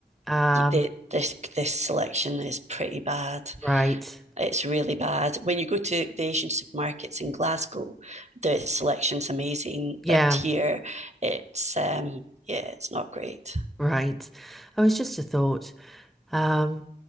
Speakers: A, in the centre; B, on the right (about 40°).
A: Um,
B: The, this this selection is pretty bad.
A: right.
B: It's really bad. When you go to the Asian supermarkets in Glasgow, the selection's amazing,
A: Yeah,
B: but here it's um yeah, it's not great.
A: right. Oh, it's just a thought. Um,